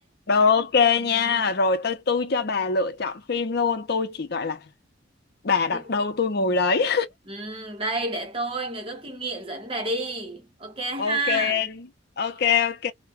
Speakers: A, on the left; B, on the right.
A: rồi ok
B: Ừm,
A: nha rồi tôi tôi cho bà lựa chọn phim luôn tôi chỉ gọi là bà đặt
B: đi-
A: đâu tôi ngồi đấy
B: ừm, đây để tôi, người có kinh nghiệm dẫn bà đi. Ok
A: Ok,
B: ha.
A: ok, ok.